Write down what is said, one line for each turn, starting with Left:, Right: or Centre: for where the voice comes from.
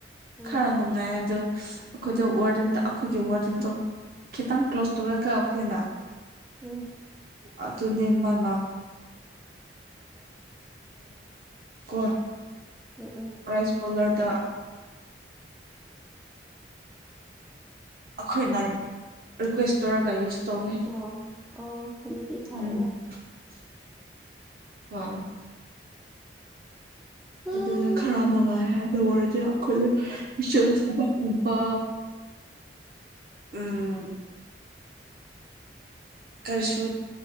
Centre: ꯎꯝ
Right: ꯈꯔ ꯅꯉꯥꯏ ꯑꯗꯨ ꯑꯩꯈꯣꯏꯗ ꯋꯥꯔꯗꯟꯗ ꯑꯩꯈꯣꯏꯒꯤ ꯋꯥꯔꯗꯟꯗꯣ ꯈꯤꯇꯪ ꯀ꯭ꯂꯣꯁ ꯇꯧꯋ ꯀ ꯑꯩꯈꯣꯏꯅ
Centre: ꯎꯝ
Right: ꯑꯗꯨ ꯑꯗꯨ ꯅꯦꯝꯕꯂ <unintelligible>
Centre: ꯎꯝ ꯎꯝ
Right: ꯔꯥꯏꯁ ꯄꯣꯂꯔꯗ ꯑꯩꯈꯣꯏꯅ ꯔꯤꯀ꯭ꯋꯦꯁ ꯇꯧꯔꯒ ꯌꯨꯁ ꯇꯧꯋꯤ
Centre: ꯑꯣ ꯑꯣ ꯑꯗꯨꯗꯤ ꯐꯥꯔꯦꯂ
Right: ꯎꯝ <unintelligible>
Centre: ꯑꯣ
Right: ꯑꯗꯨꯅ ꯈꯔ ꯅꯨꯡꯉꯥꯏꯔꯦ ꯍꯥꯏꯅ ꯑꯣꯏꯔꯗꯤ ꯑꯩꯈꯣꯏ ꯨꯕꯄ ꯎꯝ ꯀꯔꯤꯁꯨ